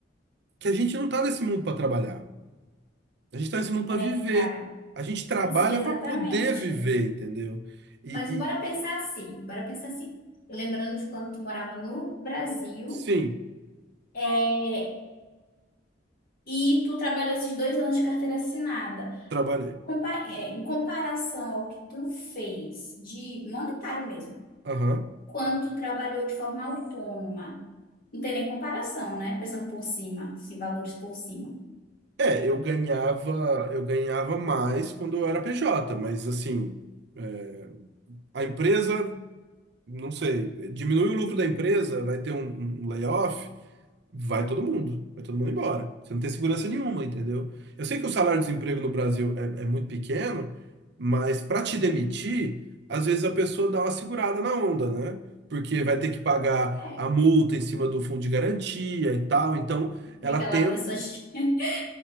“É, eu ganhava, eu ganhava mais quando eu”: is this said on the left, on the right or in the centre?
Right